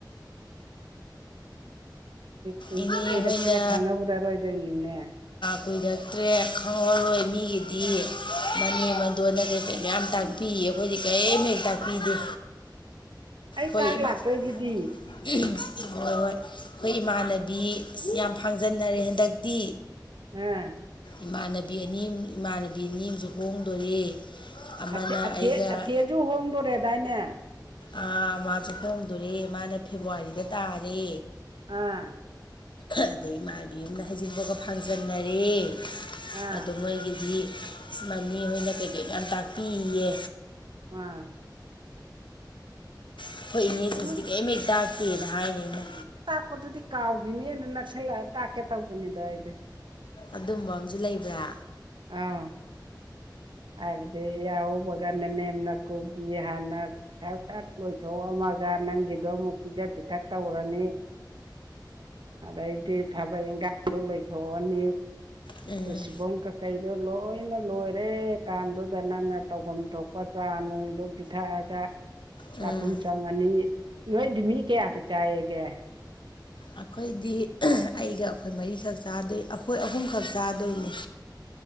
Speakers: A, on the right; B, on the left.
A: ꯀꯨꯏꯗꯤ
B: ꯏꯅꯦ
A: ꯀꯨꯏꯔꯛꯇ꯭ꯔꯦ
B: ꯍꯣꯏꯅ
A: ꯈꯪꯍꯧꯔꯔꯣꯏꯗꯣꯏꯅꯤꯅꯦ
B: ꯀꯨꯏꯔꯛꯇ꯭ꯔꯦ꯫ ꯈꯪꯉꯔꯣꯏ ꯃꯤꯒꯤꯗꯤ ꯃꯅꯦꯝ ꯃꯗꯣꯟꯅ ꯀꯩꯀꯩ ꯃꯌꯥꯝ ꯇꯥꯛꯄꯤ ꯑꯩꯈꯣꯏꯗꯤ ꯀꯔꯤꯝ ꯍꯦꯛ ꯇꯥꯛꯄꯤ <unintelligible>
A: <inaudible>
B: ꯍꯣꯏ ꯏꯃꯥ
A: ꯂꯥꯛꯇꯣꯏꯁꯤꯗꯤ
B: ꯍꯣꯏ ꯍꯣꯏ ꯑꯩꯈꯣꯏ ꯏꯃꯥꯟꯅꯗꯤ ꯕꯤ ꯑꯁ ꯌꯥꯝ ꯐꯥꯡꯖꯟꯅꯔꯦ ꯍꯟꯗꯛꯇꯤ꯫
A: ꯎꯝ
B: ꯏꯃꯥꯟꯅꯕꯤ ꯑꯅꯤ ꯏꯃꯥꯟꯅꯕꯤ ꯑꯅꯤ ꯑꯃꯁꯨ ꯍꯣꯡꯗꯣꯔꯦ꯫ ꯑꯃꯅ
A: ꯑꯊ
B: ꯑꯩꯒ
A: ꯑꯊꯦꯁꯨ ꯍꯣꯡꯗꯣꯔꯦꯗꯥꯏꯅꯦ꯫
B: ꯥ ꯃꯥꯁꯦ ꯍꯣꯡꯗꯣꯣꯔꯦ ꯃꯥꯅ ꯐꯦꯕꯋꯥꯔꯤꯗ ꯇꯥꯔꯦ꯫
A: ꯑꯥ
B: ꯑꯗꯩ ꯏꯃꯥꯟꯕꯤ ꯑꯃꯅ ꯍꯩꯖꯤꯟꯕꯒ ꯐꯥꯡꯖꯟꯅꯔꯦ
A: ꯑꯥ
B: ꯑꯣ ꯃꯣꯏꯒꯤꯗꯤ ꯁꯃꯅꯤ ꯍꯣꯏꯅ ꯀꯩꯀꯩ ꯌꯥꯝ ꯇꯥꯛꯄꯤꯌꯦ꯫
A: ꯑꯥ
B: ꯊꯣꯛꯣꯏꯏꯅꯦ ꯑꯗꯨꯁꯤꯗꯤ
A: ꯁꯨꯝ
B: ꯀꯔꯤ ꯍꯦꯛ ꯇꯥꯛꯇꯦꯅ ꯍꯥꯏꯅꯤ ꯑꯩꯅ꯫
A: ꯑꯄꯗꯨꯗꯤ ꯀꯥꯎꯈꯤꯅꯦꯅ ꯅꯛꯁꯜꯂꯛꯑ ꯇꯥꯛꯀꯦ ꯇꯧꯕꯅꯤꯗꯣ ꯑꯩꯗꯤ
B: ꯑꯗꯨꯝ ꯕꯝꯁꯨ ꯂꯩꯕ꯭ꯔꯥ
A: ꯑꯥꯎ ꯍꯥꯏꯦ ꯌꯥꯕꯒ ꯅꯦꯅꯦꯅ ꯀꯣ ꯍꯅ ꯁꯥꯛ ꯆꯥꯛ ꯂꯣꯏꯊꯣꯛꯑꯝꯃꯒ ꯅꯪꯒꯤꯗꯣ ꯑꯃꯨꯛ ꯄꯤꯖ ꯄꯤꯊꯛ ꯇꯧꯔꯅꯤ ꯑꯗꯩꯗꯤ ꯊꯕꯛ ꯏꯟꯈꯥꯡꯗꯣ ꯂꯣꯏꯊꯣꯛꯑꯅꯤ
B: ꯎꯝ
A: ꯇꯨ ꯁꯤꯕꯣꯡ ꯀꯀꯩꯗꯣ ꯂꯣꯏꯅ ꯂꯣꯏꯔꯦ ꯀꯥꯟꯗꯨꯗ ꯅꯪꯅ ꯇꯧꯕꯝ ꯊꯣꯛꯄ ꯆꯥ ꯅꯨꯡꯗꯨꯣ ꯄꯤꯊꯛꯑꯒ
B: ꯎꯝ
A: ꯆꯥꯛꯈꯨꯝ
B: ꯎꯝ
A: ꯆꯪꯉꯅꯤ ꯅꯣꯏꯗꯤ ꯃꯤ ꯀꯌꯥꯗꯤ ꯆꯥꯏꯑꯒꯦ
B: ꯑꯩꯈꯣꯏꯗꯤ ꯑꯩꯒ ꯑꯩꯈꯣꯏ ꯃꯔꯤꯈꯛ ꯆꯥꯗꯣꯏ ꯑꯩꯈꯣꯏ ꯑꯍꯨꯝꯈꯛ ꯆꯥꯗꯣꯏꯅꯤ